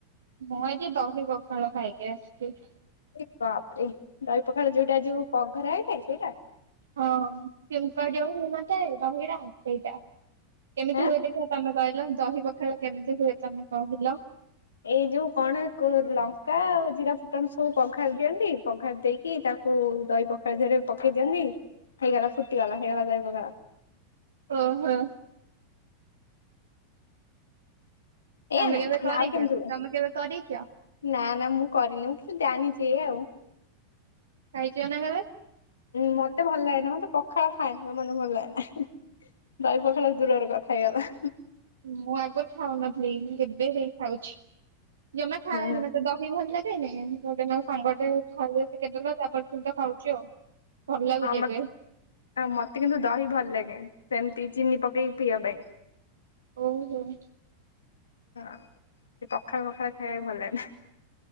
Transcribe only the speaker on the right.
ମୁଁ ଆଜି ଦହି ପଖାଳ ଖାଇକି ଆସିଛି ।
ହଁ ଛୁଙ୍କ ଯୋଉ ହେଇନଥାଏ ଦହିଟା ସେଇଟା। କେମିତି
ହୁଏ ଦେଖିବା ତମେ କହିଲ ଦହି ପଖାଳ କେମିତି ହୁଏ ତମେ କହିଲ?
ଓହୋ। ତମେ
କେବେ କରିଛ
ତମେ କେବେ କରିଛ
ଖାଇଛ ନା କେବେ?
ମୁଁ ଆଗରୁ ଖାଉନଥିଲି କେବେ ହେଇ ଖାଉଛି। ଜମାେ ଖାଏନି
ମତେ ଦହି ଭଲ ଲାଗେ ାଇ ମ ସାଙ୍ଗ ଟେ ଖାଇବା ଶଖଦେଲା ତାପରେ ତମି ତ ଖାଉଛି ଆଉ। ଭଲ ଲାଗୁଛି
ଏବେ
ଓ ହଉ।